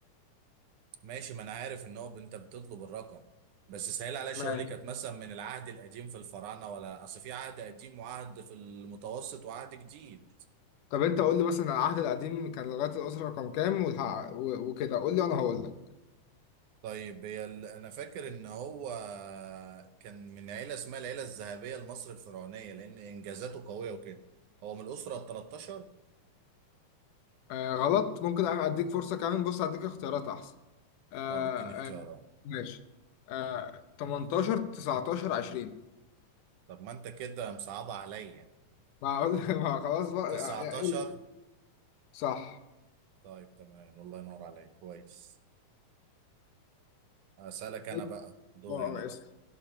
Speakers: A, on the right (about 75°); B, on the left (about 80°).
A: ماشي ما انا عارف ان هو انت بتطلب الرقم بس سهل عليا شغلي
B: ماشي
A: كانت مثلا من العهد القديم في الفراعنه ولا اصل في عهد قديم وعهد في المتوسط وعهد جديد
B: طب أنت قول لي مثلا العهد القديم كان لغاية الأسرة رقم كام والح- و- وكده قول لي وأنا هقول لك
A: طيب هي ال- انا فاكر ان هو كان من عيله اسمها العيله الذهبيه لمصر الفرعونيه لان انجازاته قويه وكده هو من الاسره ال 13
B: آه غلط ممكن أديك فرصة كمان بص أديك اختيارات أحسن آه
A: طب اديني اختيارات
B: آه ماشي آه 18 19 20
A: طب ما انت كده مصعبه عليا
B: ما أقول <laughs> ما خلاص بقى
A: 19
B: يا- يا- صح
A: طيب تمام الله ينور عليك كويس اسالك انا
B: إيه؟
A: بقى دوري
B: اه
A: انا
B: آه،
A: بقى
B: اسف